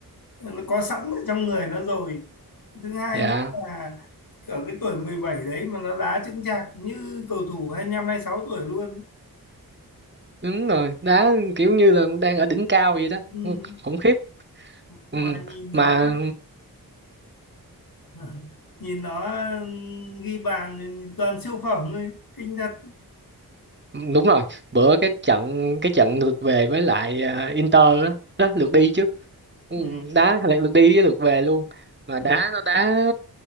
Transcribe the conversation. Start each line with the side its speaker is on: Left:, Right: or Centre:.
Left: nó có sẵn ở trong người nó rồi thứ hai
Right: dạ
Left: nữa là ở cái tuổi 17 đấy mà nó đá chững chạc như cầu thủ hai lăm hai sáu tuổi luôn
Right: đúng rồi đá kiểu như là đang ở đỉnh cao vậy đó
Left: ừ,
Right: Ừ, khủng khiếp
Left: mà
Right: ừ.
Left: nhìn nó
Right: mà
Left: <laughs> nhìn nó ghi bàn thì toàn siêu phẩm thôi kinh thật
Right: <laughs> đúng rồi bữa cái trận cái trận lượt về với lại à, Inter đó, đó lượt đi chứ Ừ,
Left: Ừ.
Right: đá lại lượt đi với lượt về luôn mà
Left: Ừ.
Right: đá nó đá